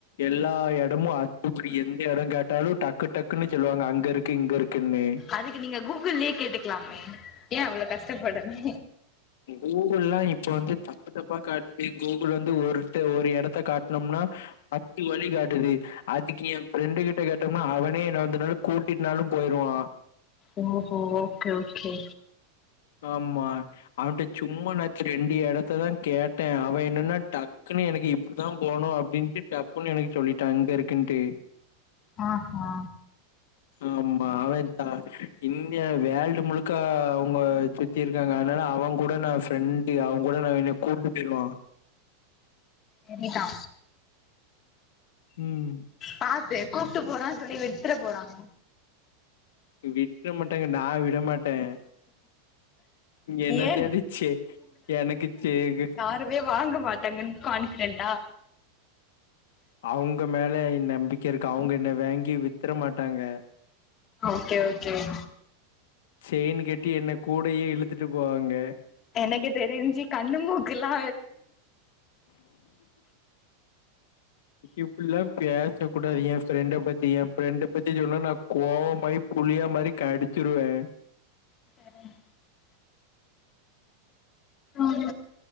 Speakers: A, on the left (about 75°); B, on the left (about 30°).
A: எல்லா இடமு அத்துப்படி எந்த இடனு கேட்டாலு டக்கு டக்குன்னு சொல்லு வாங்க அங்க இருக்கு இங்க இருக்குன்னு
B: அதுக்கு நீங்க கூகுள்யே கேட்டுக்கலாமே ஏன் அவ்வளே கஷ்டப்படணு
A: கூகுள் எல்லா இப்ப வந்து தப்பு தப்பா காட்டுது கூகுள் வந்து ஒருத்த ஒரு இடத்த காட்டனம்னா பத்து வழி காட்டுது அதுக்கு என் ஃப்ரெண்டு கிட்ட கேட்டம்னா அவனே என்ன வந்துனாவது கூட்டினாலு போயிருவா
B: ஓ ஹோ ஓகே ஓகே
A: ஆமா அவுன்ட சும்மா நாச்சுக்கு ரெண்டு இடத்த தா கேட்டே அவன் என்னன்னா டக்குன்னு எனக்கு இப்புடி தா போவணு டின்ட்டு டப்புன்னு எனக்கு சொல்லிட்டா அங்கருக்குன்ட்டு
B: ஆ ஆ
A: ஆமா அவன் தா இந்தியா வேல்டு முழுக்க அவங்க சுத்தியிருக்காங்க அதனால அவங்கூட நா ஃப்ரெண்டு் அவங் கூட நா என்ன கூட்டு போயிருவா
B: செரிதா
A: ம்
B: பாத்து கூப்ட்டு போறா சொல்லி விட்ற போறாங்க
A: விக்க மாட்டாங்க நா விட மாட்டே என்னத்த
B: ஏன்
A: வெச்சு எனக்கு தேகு
B: இப்பவே வாங்க மாட்டாங்கன்னு கான்பிடென்டா
A: அவ்ங்க மேல நம்பிக்கை இருக்கு அவுங்க என்ன வாங்கி வித்துற மாட்டாங்க
B: ஓகே ஓகே ஓ
A: செயினு கட்டி என்ன கூடயே இழுத்துட்டு போவாங்க
B: எனக்கு தெரிஞ்சு கண்ணு மூக்கெல்லா
A: இப்டில்லா பேசக் கூடாது எ ஃப்ரெண்ட பத்தி ஃப்ரெண்ட பத்தி சொன்ன நா கோவமாயி புலியா மாரி கடிச்சிருவே
B: <unintelligible> அ